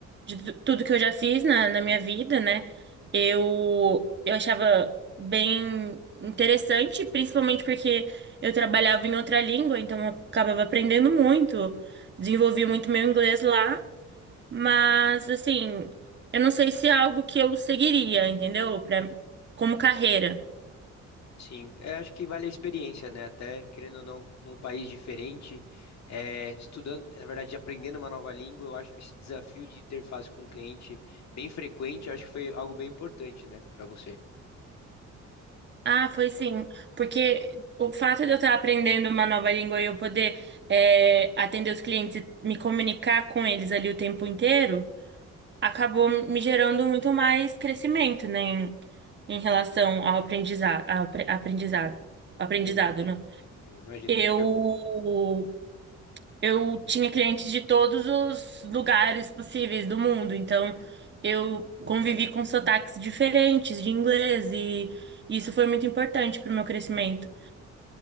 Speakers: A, on the right; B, on the left.
A: de tu- tudo que eu já fiz na, na minha vida, né? Eu, eu achava bem interessante, principalmente porque eu trabalhava em outra língua, então eu acabava aprendendo muito, desenvolvi muito meu inglês lá, mas, assim, eu não sei se é algo que eu seguiria, entendeu? Pra, como carreira.
B: Sim, é, acho que vale a experiência, né? Até querendo ou não, num país diferente, é, estudando, na verdade, aprendendo uma nova língua, eu acho que esse desafio de interface com o cliente bem frequente, eu acho que foi algo bem importante, né, para você.
A: Ah, foi sim. Porque o fato de eu estar aprendendo uma nova língua e eu poder é, atender os clientes e me comunicar com eles ali o tempo inteiro, acabou me gerando muito mais crescimento, né, em, em relação ao aprendizado, ao apre- aprendizado, aprendizado,
B: Eu imagino,
A: né?
B: eu imagino.
A: Eu,
B: Acho que
A: eu tinha clientes de todos os lugares possíveis do mundo, então eu convivi com sotaques diferentes de inglês e isso foi muito importante para o meu crescimento.